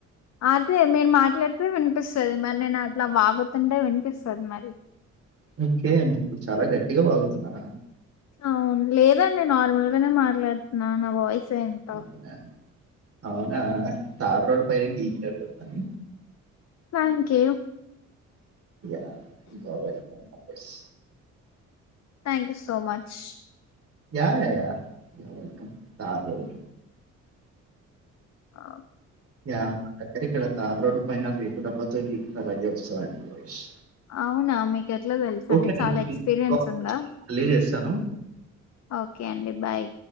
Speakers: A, on the left (about 60°); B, on the right (about 50°).
A: అదే మీరు మాట్లాడితే వినిపిస్తది మరి నేను అట్లా వాగుతుంటే వినిపిస్తది మరి
B: ఒకే మీకు చాలగట్ వాగుతున్నారా
A: అవును లేదండి నార్మల్ గానే మాట్లాడుతున్నా నా వాయిస్ సే అంత
B: అవునా! అవునా తార్ రోడ్డు పైన గికినట్టుంది అని
A: thank you
B: yeah! You are welcome bus.
A: Thank you so much
B: yeah yeah you're welcome tar road
A: ఆ
B: యా ఎక్కడ ఇక్కడ తార్ రోడ్డు పైన రేకు డబ్బాతో గీకితె అలాగే వస్తదండి మీ వాయిస్
A: అవునా మీకు ఎట్లా తెలుస
B: ఓకే.
A: అండి
B: నేను
A: చాలా ఎక్స్పీరియన్స్
B: మీకు కాల్
A: ఉందా
B: మళ్ళీ చేస్తాను.
A: ఓకే అండి బాయ్